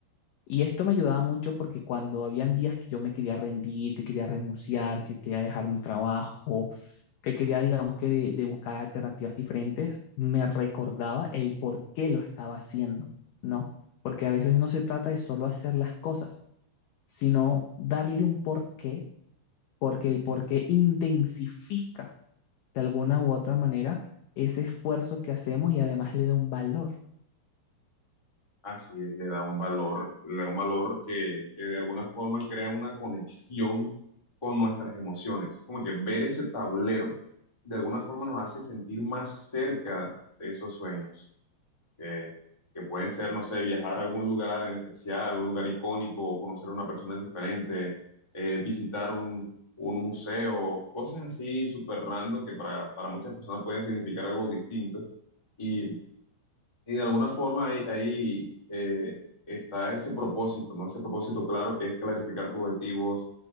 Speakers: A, on the left; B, on the left.
A: y esto me ayudaba mucho porque cuando habían días que yo me quería rendir, que quería renunciar, que quería dejar mi trabajo, que quería, digamos que, de, de buscar alternativas diferentes, me recordaba el por qué lo estaba haciendo, ¿no? Porque a veces no se trata de solo hacer las cosas, sino darle un porqué, porque el porqué intensifica de alguna u otra manera ese esfuerzo que hacemos y además le da un valor.
B: Así es, le da un valor, le da un valor que, que de alguna forma crea una conexión con nuestras emociones. Como que ver ese tablero de alguna forma nos hace sentir más cerca de esos sueños. que, que pueden ser, no sé, viajar a algún lugar en especial, un lugar icónico, o conocer a una persona diferente, eh, visitar un, un museo, cosas así súper random que para, para muchas personas pueden significar algo distinto. Y, y de alguna forma ahí, ahí, eh, está ese propósito, ¿no? Ese propósito claro que es clarificar tus objetivos.